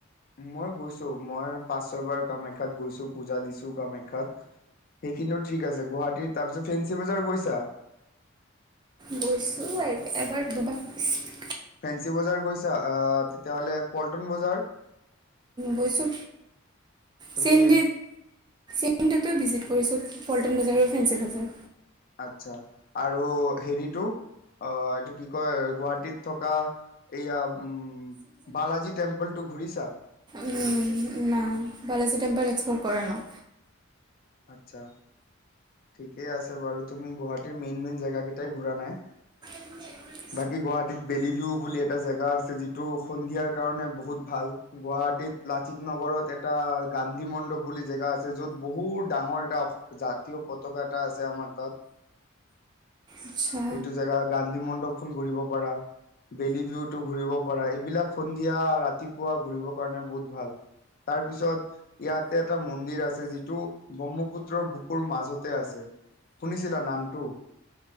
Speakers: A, on the left (about 45°); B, on the right (about 20°).
A: মই গৈছো মই পাচ ছয়বাৰ কামাখ্যাত গৈছো। পূজা দিছো কামাখ্যাত সেইখিনিত ঠিক আছে। গুৱাহাটীৰ তাৰ পিছ ফেঞ্চি বজাৰ গৈছা?
B: গৈছো এবাৰ দুবাৰ পিছ
A: ফেঞ্চি বজাৰ গৈছা আহ, তেতিয়াহ'লে পল্টন বজাৰ?
B: গৈছো
A: তুমি
B: চেন <unintelligible> <unintelligible> ভিজিট কৰিছো। পল্টন বজাৰ আৰু ফেন্ঞ্চি বজাৰ।
A: আচ্ছা আৰু হেৰিটো অ', এটো কি কয়। গুৱাহাটীত থকা এইয়া উম, বালাজী টেম্পল টো ঘুৰিছা।
B: নাই। বালাজী টেম্পল এক্সপ্ল'ৰ কৰা ন
A: আচ্ছা, ঠিকে আছে বাৰু তুমি গুৱাহাটীৰ মেইন মেইন জেগা কেইটাই ঘূৰা নাই।
B: <inaudible>
A: বাকী গুৱাহাটীত বেলিলিও বুলি এটা জেগা আছে যিটো সন্ধিয়াৰ কাৰণে বহুত ভাল। গুৱাহাটীত লাচিত নগৰত এটা গান্ধী মণ্ডপ বুলি জেগা আছে যত বহুত ডাঙৰ এটা জাতীয় পতাকা এটা আছে আমাৰ তাত
B: আচ্ছা
A: সেইটো জেগা গান্ধী মণ্ডপখনো ঘূৰিব পাৰা বেলি ভউতো ঘূৰিব পৰা এইবিলাক সন্ধিয়া ৰাতিপুৱা ঘূৰিবৰ কাৰণে বহুত ভাল। তাৰপিছত ইয়াতে এটা মন্দিৰ আছে ব্ৰহ্মপুত্ৰৰ বুকুৰ মাজত তে আছে শুনিছিলা নামটো